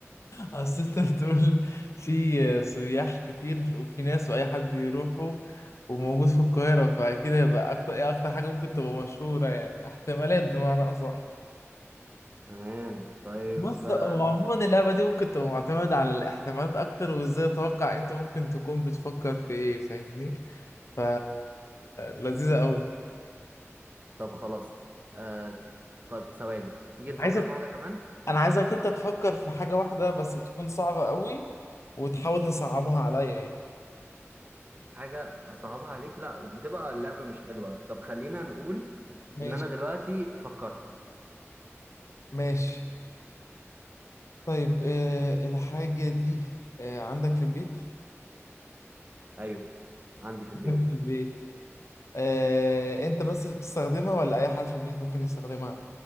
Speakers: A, on the left; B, on the right.
A: أصل أنت بتقول في سياح كتير وفي ناس وأي حد بيروحوا وموجود في القاهرة فأكيد هيبقى أكتر إيه أكتر حاجة ممكن تبقى مشهورة يعني احتمالات بمعنى أصح
B: تمام طيب
A: بص
B: آه
A: هو عموما اللعبة دي ممكن تبقى معتمدة على الاحتمالات أكتر وإزاي أتوقع أنت ممكن تكون بتفكر في إيه فاهمني ف لذيذة قوي
B: طب خلاص آه طيب ثواني تيجي نفكر
A: عايزك
B: في واحدة كمان
A: انا عايزك انت تفكر في حاجة واحدة بس تكون صعبة قوي وتحاول تصعبها عليا يعني
B: حاجة أصعبها عليك لا بتبقى اللعبة مش حلوة طب خلينا نقول
A: ماشي
B: إن أنا دلوقتي فكرت
A: ماشي طيب آه الحاجة دي آه عندك في البيت
B: أيوه عندي في البيت
A: عندك في البيت آه انت بس بتستخدمها ولا اي حد في البيت ممكن يستخدمها